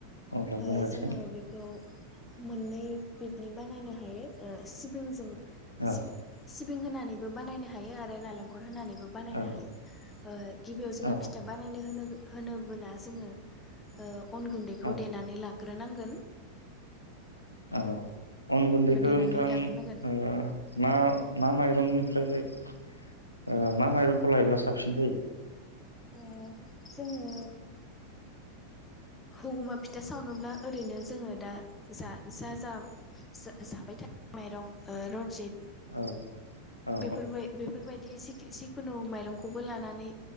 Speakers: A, on the left; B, on the left.
A: अब्ला
B: ओ
A: बुंलायसै
B: जोङो बेखौ मोननै बिदनि बानायनो हायो। ओ सिबिंजों
A: औ
B: सि सि बिं होनानैबो बानायनो हायो आरो नालेंखर होनानै। बो बानायनो
A: औ
B: हायो। गिबियाव ओ जोङो
A: औ
B: फिथा बानायनो होनो होनोबोला जोङो ओ अन गुन्द खौ
A: औ
B: देनानै ला ग्रोनांगोन।
A: औ अन गुन्दैखौ
B: देनानै
A: नोंथां
B: लाग्रोनांगोन
A: ओ मा मा माइरंनिफ्राय ओ मा माइरंखौ लायोब्ला साबसिन जायो?
B: ओ जोङो हुगुमा फिथा सावनोब्ला ओरैनो जोङो दा जा जा जा जाबाय थायो माइरं ओ रनजित
A: औ। औ
B: बेफोरबाय बेफोरबायदि। बि जिखुनु माइरंखौबो लानानै